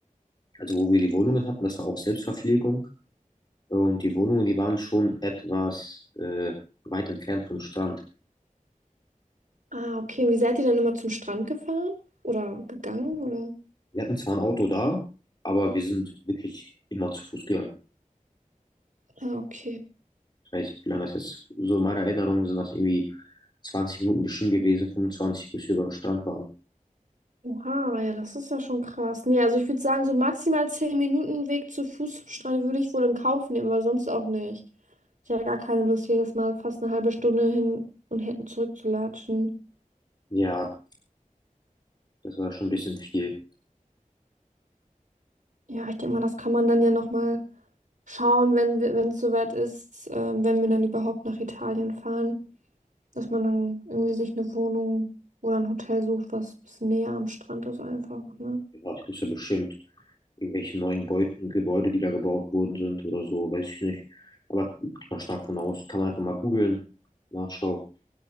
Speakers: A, on the left; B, on the right.
A: also wo wir die Wohnungen hatten, das war auch Selbstverpflegung. Äh, Und die Wohnungen, die waren schon etwas äh, weit entfernt vom Strand.
B: Ah, okay. Und wie seid ihr dann immer zum Strand gefahren? Oder gegangen? Oder?
A: Wir hatten zwar ein Auto da, aber wir sind wirklich immer zu Fuß gegangen.
B: Ah, okay.
A: Ich weiß nicht, wie lange das jetzt, so in meiner Erinnerung sind das irgendwie 20 Minuten bestimmt gewesen, 25, bis wir beim Strand waren.
B: Oha, ja, das ist ja schon krass. Nee, also ich würde sagen, so maximal 10 Minuten Weg zu Fuß zum Strand würde ich wohl in Kauf nehmen, aber sonst auch nicht. Ich habe gar keine Lust, jedes Mal fast eine halbe Stunde hin und her zurückzulatschen.
A: Ja, das war schon ein bisschen viel.
B: Ja, ich denke mal, das kann man dann ja nochmal schauen, wenn wir, wenn es soweit ist, ähm, wenn wir dann überhaupt nach Italien fahren, dass man dann irgendwie sich eine Wohnung oder ein Hotel sucht, was ein bisschen näher am Strand ist einfach, ne?
A: Ja, ich bin so bestimmt irgendwelche neuen Beuten, Gebäude, die da gebaut worden sind oder so, weiß ich nicht. Aber gehe mal stark von aus. Kann man einfach mal googeln, nachschauen.